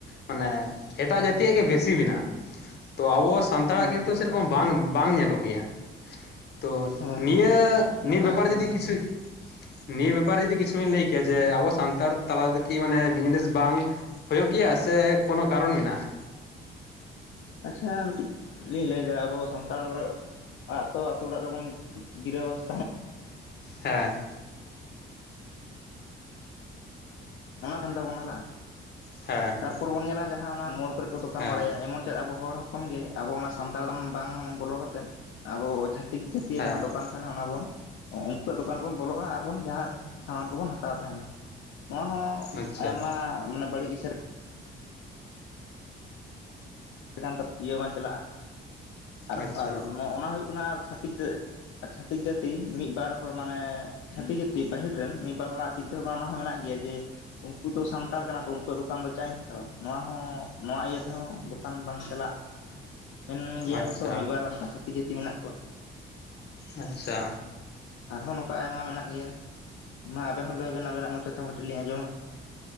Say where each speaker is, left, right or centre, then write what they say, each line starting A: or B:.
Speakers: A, on the left; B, on the left.
A: ᱢᱟᱱᱮ ᱮᱴᱟᱜ
B: ᱦᱳᱭ
A: ᱡᱟᱛᱤᱭᱟᱜ ᱜᱮ ᱵᱮᱥ ᱵᱮᱥᱤ ᱢᱮᱱᱟᱜᱼᱟ᱾ ᱛᱚ ᱟᱵᱚ ᱥᱟᱱᱛᱟᱲ
B: ᱦᱳᱭ
A: ᱟᱜ ᱠᱤᱱᱛᱩ
B: ᱦᱳᱭ
A: ᱥᱮᱨᱚᱠᱚᱢ ᱵᱟᱝ ᱵᱟᱝ ᱧᱮᱞᱚᱜ ᱜᱮᱭᱟ᱾ ᱛᱚ
B: ᱦᱳᱭ
A: ᱱᱤᱭᱟᱹ
B: ᱦᱳᱭ ᱱᱟᱯᱟᱭ
A: ᱱᱤᱭᱟᱹ ᱵᱮᱯᱟᱨ
B: ᱠᱟᱛᱷᱟ
A: ᱨᱮ ᱡᱩᱫᱤ
B: ᱵᱮᱱ ᱢᱮᱱᱫᱟ
A: ᱠᱤᱪᱷᱩ ᱱᱤᱭᱟᱹ ᱵᱮᱯᱟᱨ ᱨᱮ ᱡᱩᱫᱤ ᱠᱤᱪᱷᱩ ᱵᱮᱱ ᱞᱟᱹᱭ ᱠᱮᱭᱟ ᱡᱮ ᱟᱵᱚ ᱥᱟᱱᱛᱟᱲ ᱛᱟᱞᱟ ᱫᱚ ᱠᱤ ᱢᱟᱱᱮ ᱵᱤᱡᱽᱱᱮᱥ ᱵᱟᱝ ᱦᱩᱭᱩᱜ ᱜᱮᱭᱟ ᱥᱮ ᱠᱳᱱᱳ ᱠᱟᱨᱚᱱ ᱢᱮᱱᱟᱜᱼᱟ᱾
B: ᱟᱪᱪᱷᱟ ᱢᱤᱫᱴᱤᱡ ᱞᱤᱧ ᱞᱟᱹᱭᱮᱫᱟ ᱟᱵᱚ ᱥᱟᱱᱛᱟᱲ ᱟᱜ ᱛᱚ ᱟᱹᱛᱩ ᱚᱲᱟᱜ ᱨᱮᱵᱚᱱ ᱜᱤᱨᱟᱹᱵᱟᱥᱟ
A: ᱦᱮᱸ᱾
B: ᱚᱱᱟ ᱴᱷᱮᱱ ᱫᱚᱵᱚᱱ ᱦᱮᱞᱟᱜᱼᱟ᱾
A: ᱦᱮᱸ
B: ᱛᱟᱨᱯᱚᱨ ᱵᱚᱱ ᱧᱮᱞᱟ ᱡᱟᱦᱟᱸ ᱚᱱᱟ ᱢᱳᱲ ᱠᱚᱨᱮ ᱠᱚ ᱫᱚᱠᱟᱱ
A: ᱦᱮᱸ
B: ᱵᱟᱲᱟᱭᱟ ᱮᱢᱚᱱ ᱪᱮᱫ ᱟᱵᱚ ᱦᱚᱲ ᱦᱚᱸ ᱦᱚᱯᱳᱱ ᱜᱮ ᱟᱵᱚ ᱚᱱᱟ ᱥᱟᱱᱛᱟᱲᱼᱟ ᱵᱟᱝ ᱵᱚᱞᱚ ᱠᱟᱛᱮᱫ ᱟᱵᱚ ᱚᱡᱷᱟ ᱛᱤᱠ ᱪᱷᱟᱛᱤᱜᱭᱟᱜ
A: ᱦᱮᱸ
B: ᱡᱟᱦᱟᱸ ᱫᱚᱠᱟᱱ ᱛᱟᱦᱮᱱᱟ ᱚᱱᱟ ᱵᱚᱱ, ᱩᱱᱠᱩᱣᱟᱜ ᱫᱚᱠᱟᱱ ᱵᱚᱱ ᱵᱚᱞᱚᱜᱼᱟ ᱟᱨᱵᱚᱱ ᱡᱟᱸᱦᱟ ᱥᱟᱢᱟᱱ ᱠᱚᱵᱚᱱ ᱦᱟᱛᱟᱣ ᱛᱟᱦᱮᱱᱟ᱾ ᱱᱚᱣᱟ ᱦᱚᱸ
A: ᱟᱪᱪᱷᱟ
B: ᱟᱭᱢᱟ ᱢᱟᱱᱮ ᱵᱟᱹᱲᱤᱡ ᱤᱥ ᱤᱱᱟ ᱠᱷᱟᱱ ᱫᱚ ᱤᱭᱟᱹ ᱵᱟᱝ ᱪᱟᱞᱟᱜᱼᱟ᱾ ᱟᱨ
A: ᱟᱪᱪᱷᱟ
B: ᱟᱨ ᱚᱱᱟ ᱦᱩᱭᱩᱜ ᱠᱟᱱᱟ ᱟᱨ ᱪᱷᱟᱹᱛᱤᱠ ᱪᱷᱟᱛᱤᱠ ᱡᱟᱹᱛᱤ ᱢᱤᱫᱵᱟᱨ ᱦᱚᱲ ᱢᱟᱱᱮ ᱪᱷᱟᱹᱛᱤᱠ ᱡᱟᱹᱛᱤ ᱯᱟᱹᱦᱤᱞ ᱨᱮᱱ ᱢᱤᱫᱵᱟᱨ ᱦᱚᱲᱟᱜ ᱪᱤᱱᱛᱟᱹ ᱵᱷᱟᱵᱽᱱᱟ ᱦᱚᱸ ᱢᱮᱱᱟᱜ ᱜᱮᱭᱟ ᱡᱮ ᱩᱱᱠᱩ ᱫᱚ ᱥᱟᱱᱛᱟᱲ ᱠᱟᱱᱟ ᱠᱚ ᱩᱱᱠᱩᱣᱟᱜ ᱫᱚᱠᱟᱱ ᱫᱚ ᱪᱟ ᱤᱧ ᱦᱟᱛᱟᱣᱼᱟ ᱱᱚᱣᱟ ᱦᱚᱸ ᱱᱚᱣᱟ ᱤᱭᱟᱹ ᱛᱮᱦᱚᱸ ᱫᱚᱠᱟᱱ ᱵᱟᱝ ᱪᱟᱞᱟᱜᱼᱟ᱾ ᱢᱮᱱ ᱜᱮᱭᱟ
A: ᱟᱪᱪᱷᱟ
B: ᱠᱚ ᱛᱚ, ᱢᱤᱫᱵᱟᱨ ᱚᱱᱠᱟ ᱪᱷᱟᱹᱛᱤᱠ ᱡᱟᱹᱛᱤ ᱢᱮᱱᱟᱜ ᱠᱚᱣᱟ᱾
A: ᱟᱪᱪᱷᱟ᱾
B: ᱟᱨᱦᱚᱸ ᱱᱚᱝᱠᱟ ᱟᱭᱢᱟ ᱢᱮᱱᱟᱜ ᱜᱮᱭᱟ᱾ ᱢᱟ ᱟᱵᱮᱱ ᱦᱚᱸ ᱞᱟᱹᱭ ᱵᱮᱱ ᱟᱵᱮᱱᱟᱜ ᱢᱚᱪᱟ ᱛᱮᱦᱚᱸ ᱠᱟᱹᱴᱤᱡ ᱞᱤᱧ ᱟᱡᱸᱚᱢᱼᱟ᱾